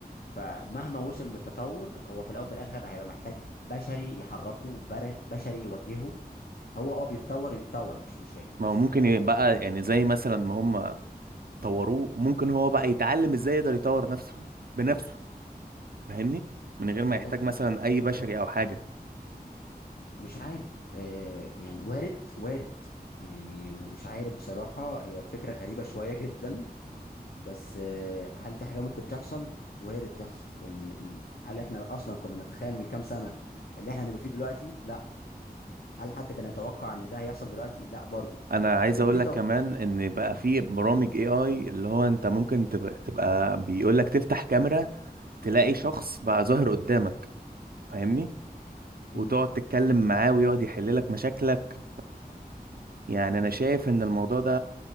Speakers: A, on the left (about 70°); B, on the right (about 65°).
A: فمهما وصل من التطور هو في الاول وفي الاخر هيبقى محتاج بشري يحركه بر- بشري يوجهه هو اه بيتطور يتطور مفيش مشاكل
B: ما
A: بس
B: هو ممكن
A: آه،
B: يبقى يعني زي مثلا ما هم طوروه ممكن هو بقى يتعلم ازاي يقدر يطور نفسه بنفسه فاهمني من غير ما
A: والله
B: يحتاج مثلا اي بشري او حاجه
A: مش عارف آه، يعني وارد وارد يعني مش عارف بصراحة هي فكرة غريبة شوية جدا بس آه، هل دي حاجة ممكن تحصل وارد تحصل ان ال- هل احنا اصلا كنا نتخيل من كام سنة اللي احنا هنبقى فيه دلوقتي لا هل حد كان يتوقع ان ده هيحصل دلوقتي لا برضو
B: انا عايز
A: كان
B: اقول
A: في
B: لك
A: تو...
B: كمان ان بقى في برامج اي اي اللي هو انت ممكن تبقى, تبقى بيقول لك تفتح كاميرا تلاقي شخص بقى ظاهر قدامك فاهمني وتقعد
A: مم.
B: تتكلم معاه ويقعد يحل لك مشاكلك يعني انا شايف ان الموضوع ده